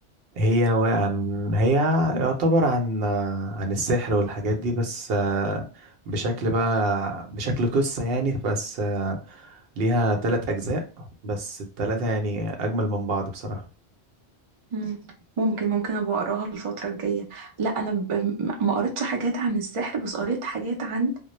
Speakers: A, on the right; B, on the right.
A: هي و- عن هي يعتبر عن آه، عن السحر والحاجات دي بس آه، بشكل بقى بشكل قصة يعني بس آه، ليها تلات أجزاء بس التلاتة يعني أجمل من بعض بصراحة
B: مم. ممكن ممكن ابقى اقراها الفترة الجاية لا انا ب... م- ما قريتش حاجات عن السحر بس قريت حاجات عن